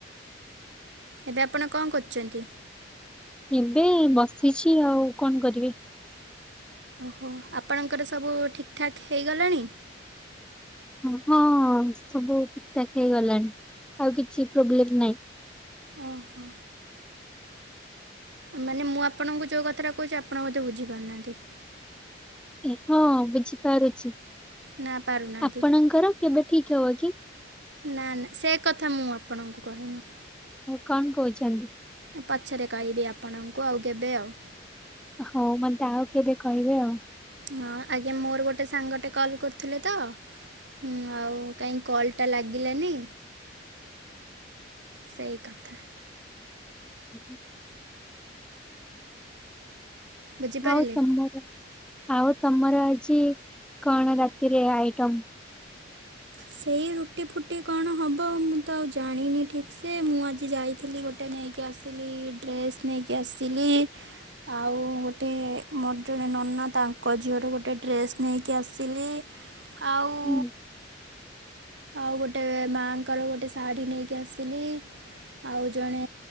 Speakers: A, on the right (about 75°); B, in the centre.
A: ଏବେ ଆପଣ କଁ କରଚନ୍ତି?
B: ଏବେ ବସିଛି ଆଉ କଣ କରିବି?
A: ଓହୋ ଆପଣଙ୍କର ସବୁ ଠିକ୍ ଠାକ୍ ହେଇଗଲାଣି?
B: ହଁ ସବୁ ଠିକ୍ ଠାକ୍ ହେଇଗଲାଣି ଆଉ କିଛି ପ୍ରୋବ୍ଲେମ ନହିଁ।
A: ଓହୋ। ମାନେ ମୁଁ ଆପଣଙ୍କୁ ଯୋଉ କଥାଟା କହୁଛି ଆପଣ ବୋଧେ ବୁଝିପାରୁନାହାନ୍ତି।
B: ହଁ ବୁଝିପାରୁଛି।
A: ନା ପାରୁନାହାନ୍ତି।
B: ଆପଣଙ୍କର କେବେ ଠିକ ହବ କି?
A: ନା ନା ସେ କଥା ମୁଁ ଆପଣଙ୍କୁ କହିନି।
B: ଉମ୍ କଣ କହୁଛନ୍ତି?
A: ପଛରେ କହିବି ଆପଣଙ୍କୁ ଆଉ କେବେ ଆଉ।
B: ହଉ ମତେ ଆଉ କେବେ କହିବେ ଆଉ।
A: ହଁ ଆଜ୍ଞା ମୋର ଗୋଟେ ସାଙ୍ଗଟେ କଲ୍ କରୁଥିଲେ ତ, ହୁଁ ଆଉ କାଇଁ କଲ୍ ଟା ଲାଗିଲାନି? ସେଇ କଥା।
B: ହୁଁଁ। <unintelligible>
A: ବୁଝିପାରିଲେ।
B: ହଉ ତମର ଆଉ ତମର ଆଜି କଣ ରାତିରେ ଆଇଟମ୍?
A: ସେଇ ରୁଟି ଫୁଟି କଣ ହବ ମୁଁ ତ ଆଉ ଜାଣିନି ଠିକ୍ ସେ ମୁଁ ଆଜି ଯାଇଥିଲି ଗୋ ଗୋଟେ ନେଇକି ଆସିଲି, ଡ୍ରେସ ନେଇକି ଆସିଲି। ଆଉ ଗୋଟେ ମୋର ଜଣେ ନନା ତାଙ୍କ ଝିଅର ଗୋଟେ ଡ୍ରେସ୍ ନେଇକି ଆସିଲି। ଆଉ
B: ହୁଁ
A: ଆଉ ଗୋଟେ ମାଆଙ୍କର ଗୋଟେ ଶାଢୀ ନେଇକି ଆସିଲି। ଆଉ ଜଣେ